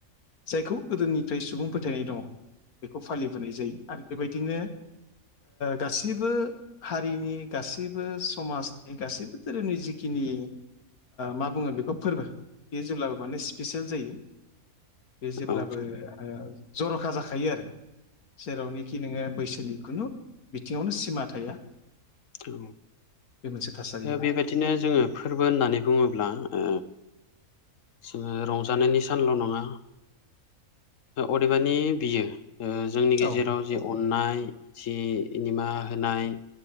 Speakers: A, on the left; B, on the left.
A: जायखौ गोदोनिफ्राय सुबुं फोथायनाय दंङ बेखौ फालिबोनाय जायो आरो बेबायदिनो गासिबो हारिनि गासैबो समाज गासैबो धोरोमनि जिखिनि मा बुंङो बेखौ फोरबो बेयो जेब्लाबो माने स्पेसियेल जायो बे जेब्लाबो
B: औ
A: जरखा जाखायो आरो। जेरावनिखि नोंङो बैसोनि खुनु बिथिङावनो सिमा थाया।
B: औ।
A: बे मोनसे थासारियाव
B: बेबायदिनो जोंङो फोरबो होननानै बुंङोब्ला ओ जोंङो रंजानायनि सानल नंङा अदेबानि मानि बियो जोंनि गेजेराव
A: औ
B: जि अननाय जि निनिमा होनाय